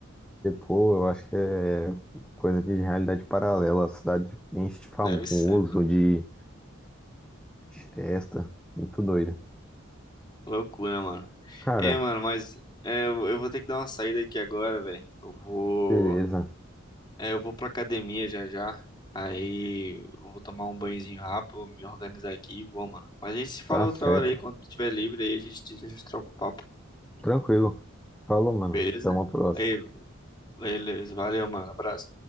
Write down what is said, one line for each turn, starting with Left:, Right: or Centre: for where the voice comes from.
Centre: pô, eu acho que é coisa de realidade paralela. A cidade enche de famoso,
Left: Deve ser.
Centre: de, de festa. Muito doido.
Left: Loucura, mano.
Centre: Cara,
Left: É, mano, mas é, eu eu vou ter que dar uma saída aqui agora, velho. Eu vou.
Centre: beleza.
Left: É, eu vou pra academia já já. Aí eu vou tomar um banhozinho rápido, me organizar aqui e vou, mano. Mas a gente se fala
Centre: Tá
Left: outra
Centre: certo.
Left: hora aí, quando tiver livre, aí a gente, a gente troca o papo.
Centre: Tranquilo. Falou, mano.
Left: Beleza?
Centre: Até uma próxima.
Left: Aí, beleza. Valeu, mano. Abraço.